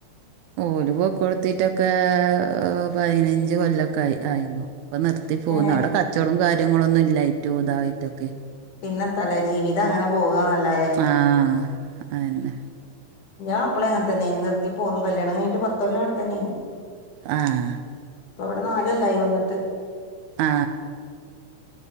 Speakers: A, on the right; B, on the left.
A: ഓലു ഇപ്പൊ കൊടുത്തിട്ടൊക്കെ പയിനഞ്ച് കൊല്ലൊക്കെ ആയി ആയിന്നു ഇപ്പൊ നിർത്തി പോന്നു
B: ഏ
A: അവിടെ കച്ചവടം കാര്യങ്ങളോന്നും ഇല്ലായിട്ടും ഇതായിട്ടൊക്കെ
B: പിന്നെ തലേ ജീവിതം അങ്ങനെ പോകന്നല്ലാതെ
A: ആഹ് അത ന്നെ
B: ഞാൻ അപ്പളെ അങ്ങന തന്നെയാന് നിർത്തി പോന്നു കല്യാണം കയിഞ്ഞിട്ട് പത്തൊല്ലാം അവിടെത്തന്നെയാന്ന്
A: ആഹ്
B: ഓല് നാല് കൊല്ലായി വന്നിട്ട്
A: ആ